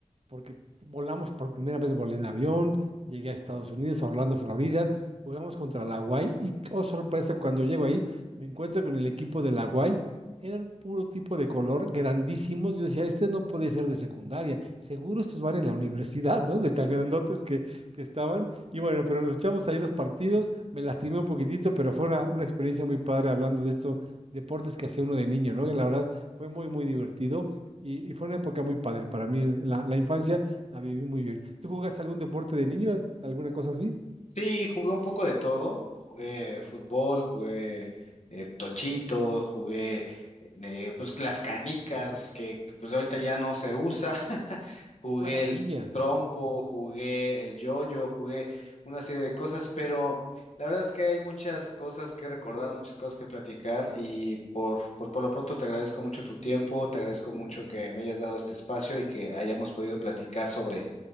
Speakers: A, on the right; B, on the left.
A: porque volamos por primera vez, volé en avión, llegué a Estados Unidos, a Orlando, Florida, jugamos contra la Guay y, oh sorpresa, cuando llego ahí, me encuentro con el equipo de la Guay, eran puro tipo de color, grandísimos, yo decía, este no puede ser de secundaria, seguro estos van en la universidad, ¿no? De tan grandotes que, que estaban, y bueno, pero nos echamos ahí los partidos, me lastimé un poquitito, pero fue una, una experiencia muy padre hablando de estos deportes que hacía uno de niño, ¿no? Que la verdad fue muy, muy divertido y, y fue una época muy padre para mí. La, la infancia la viví muy bien. ¿Tú jugaste algún deporte de niño? ¿Alguna cosa así?
B: Sí, jugué un poco de todo. Jugué fútbol, jugué eh, tochito, jugué eh, pues las canicas que que, pues ahorita ya no se usa. <laughs> Jugué
A: ¡Qué maravilla!
B: el trompo, jugué el yoyo, jugué una serie de cosas, pero la verdad es que hay muchas cosas que recordar, muchas cosas que platicar y por, por, por lo pronto te agradezco mucho tu tiempo, te agradezco mucho que me hayas dado este espacio y que hayamos podido platicar sobre,